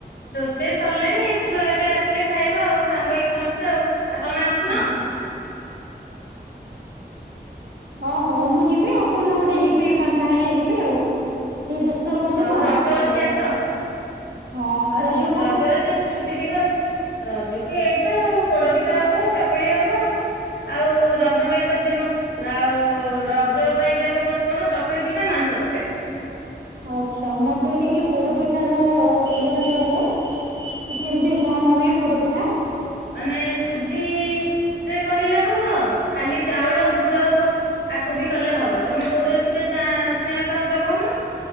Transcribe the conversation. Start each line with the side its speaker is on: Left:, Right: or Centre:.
Left: ରୋଷେଇ ସରିଲାଣିଏ ଛୁଆ ଏବେ ଆସିଲେ ଖାଇବ ଆଉ ସାଙ୍ଗ ହେଇକି ସମସ୍ତେ ଆଉ। ଆଉ ତମେ ଆସୁନ।
Right: ଛ ଓ ହୋ ମୁଁ ଯିବେ ଆଉ କଉଦିନ ଗୋଟେ ଯିବେ ପାାଙ୍କା ହେଲେ ଯିବେ ଆଉ। ଟିକେ ବ୍ୟସ୍ତ ରହୁଛେ
Left: ହଉ
Right: ତ
Left: ରଜ ଅଛି
Right: ଯାଇନି
Left: ଆସ
Right: ହଁ ଆର ଝିଅ
Left: ରଜରେ ତ ଛୁ ଟି ଥିବ ରଜକୁ ଏଇତ ପୋଡ ପିଠା ହବ ଚକୁଳି ହବ। ଆଉ ରଜ ପାଇଁ ତ ଫେମସ୍ ଆଉ ରଜ ପାଇଁକା ଫେମସ କଣ ଚକୁଳି ପିଠା ମାଂସ ତରକାରୀ।
Right: ଆଚ୍ଛା ମତେ ଟିକେ ପୋଡ ପିଠାର ଇଏ ଟା କହିଲେ? କେମିତି କଣ ହୁଏ ଫୋଡ ପିଠା?
Left: ନାଇଁ ସୁଜିରେ କରିଲେ ହବ ଖାଲି ଚାଉଳ ଗୁଡ ହବ। ଆକୁ ବି କଲେ ହବ ତମେ କୋଉ ରେସିପି ଟା ଶୁଣିବାକୁ ଚାହୁଁଛ କହୁନ?